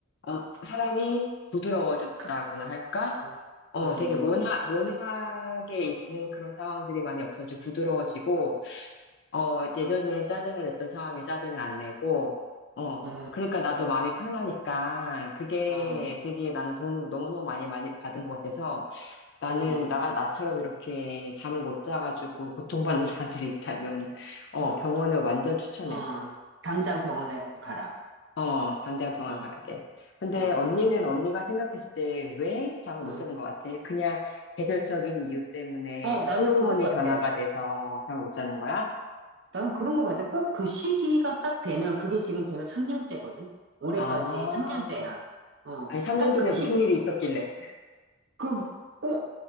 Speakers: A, on the left (about 55°); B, on the right (about 55°).
A: 어, 사람이 부드러워졌다고나
B: 가-
A: 할까?
B: 응,
A: 어,
B: 응,
A: 되게 모나, 모나게 있는 그런 상황들이 많이 없어지고 부드러워지고, 어, 예전에 짜증을 냈던 상황에 짜증을 안 내고, 어,
B: 응,
A: 그러니까 나도 마음이 편하니까 그게
B: 응,
A: 되게 나는 도움을 너무너무 많이, 많이 받은 것 같아서 나는
B: 응,
A: 나가, 나처럼 이렇게 잠을 못 자가지고 고통받는 <laughs> 사람들이 있다면, 어,
B: 응,
A: 병원을 완전 추천해.
B: 응. 당장 병원에 가라.
A: 어, 당장 병원
B: 응,
A: 가야 돼. 근데
B: 응,
A: 언니는
B: 응,
A: 언니가 생각했을 때 왜 잠을
B: 응.
A: 못 자는 것 같아? 그냥 계절적인 이유 때문에
B: 어, 나는
A: 호르몬이
B: 그거 같아.
A: 변화가 돼서 잠을 못 자는 거야?
B: 난 그런 것 같아. 꼭 그 시기가 딱 되면, 그게 지금 벌써 3년째거든? 올해까지
A: 아,
B: 3년째야. 어,
A: 아니, 3년
B: 딱
A: 전에
B: 그 시기,
A: 무슨 일이 있었길래.
B: 그, 어,